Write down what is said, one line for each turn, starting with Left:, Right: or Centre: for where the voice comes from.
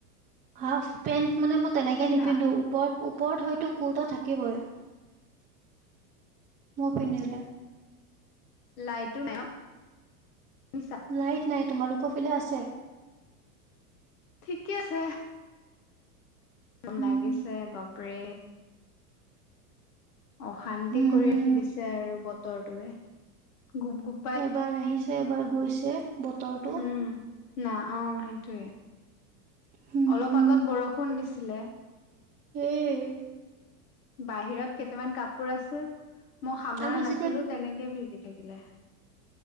Right: হাফ্ পেন্ট মানে মই তেনেকে
Left: পিন্ধা
Right: নিপিন্ধো ওপৰত ওপৰত হয়তো কুৰ্তা থাকিবই। মোৰ পিন্ধবলৈ।
Left: লাইটো নাই অ', মিছা
Right: লাইট নাই তোমালোকৰ ফালে আছে।
Left: ঠিকে আছে। গৰম
Right: উম
Left: লাগিছে বাপৰে। অশান্তি
Right: হুম
Left: কৰি
Right: হুম
Left: ৰাখি দিছে আৰু বতৰটোৱে গুপ গুপ
Right: এবাৰ আহিছে এবাৰ গৈছে। বতৰটো
Left: উম। না অ', সেইটোয়ে
Right: হুম
Left: অলপ আগত বৰষুণ দিছিলে।
Right: উম।
Left: বাহিৰত কেইটামান কাপোৰ আছে। মই সামৰা
Right: আমি
Left: নাছিলোঁ
Right: যেতিয়া
Left: তেনেকে ভিজি থাকিলে।